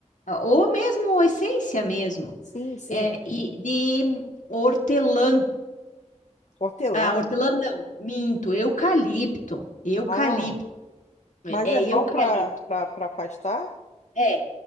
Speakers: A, on the left; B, on the left.
A: ou mesmo essência mesmo,
B: Sim, sim.
A: é, e de hortelã.
B: Hortelã.
A: Ah, hortelã não, minto, eucalipto, eucalipto,
B: Ah, mas
A: é
B: é bom
A: eucalipto,
B: para para afastar?
A: é,